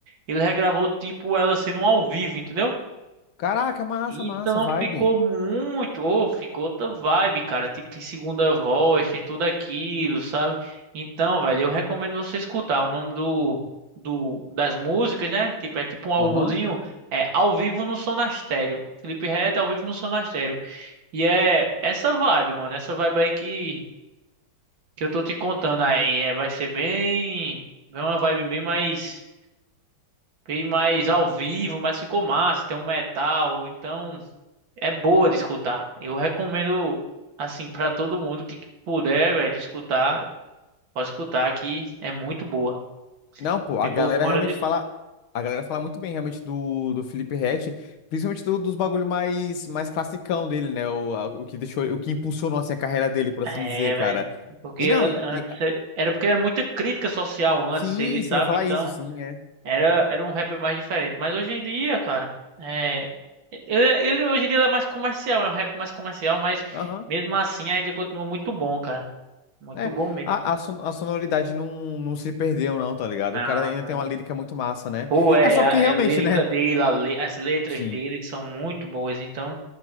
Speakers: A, on the right (about 70°); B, on the left (about 80°).
A: Ele regravou tipo ela sendo ao vivo, entendeu?
B: Caraca, massa,
A: Então
B: massa, vibe.
A: ficou muito, ou ficou outra vibe, cara. Tipo, tem segunda voz, tem tudo aquilo, sabe? Então, velho, eu recomendo você escutar. O nome do, do das músicas, né? Tipo, é tipo um álbumzinho,
B: Aham.
A: é Ao Vivo no Sonastério. Felipe Ret Ao Vivo no Sonastério. E é essa vibe, mano, essa vibe aí que que eu tô te contando aí, é, vai ser bem, bem uma vibe bem mais bem mais ao vivo, mas ficou massa, tem um metal, então é boa de escutar. Eu recomendo, assim, pra todo mundo que puder, velho, escutar, pode escutar que é muito boa.
B: Não, pô,
A: Ficou
B: a galera
A: fora
B: realmente
A: de.
B: fala. A galera fala muito bem realmente do, do Felipe Ret, principalmente do- dos bagulho mais, mais classicão dele, né? O, a- o que deixou, o que impulsionou assim, a carreira dele, por
A: É,
B: assim dizer, cara.
A: velho. Porque
B: E não,
A: an-
B: e,
A: antes
B: e-
A: é- era porque era muita crítica social antes,
B: sim,
A: ele
B: sim,
A: sabe,
B: eu ia falar
A: então
B: isso, sim, é.
A: era era um rap mais diferente. Mas hoje em dia, cara, é ele, ele hoje em dia ele é mais comercial, é um rap mais comercial, mas
B: Aham.
A: mesmo assim ainda continua muito bom, cara. Muito
B: É,
A: bom mesmo.
B: a, a, son- a sonoridade não, não se perdeu, não, tá ligado?
A: Não,
B: O cara ainda
A: não.
B: tem uma lírica muito massa, né?
A: Pô, é,
B: É só
A: a,
B: porque realmente,
A: é a lírica
B: né?
A: dele, a le- as letras
B: Sim.
A: dele são muito boas, então.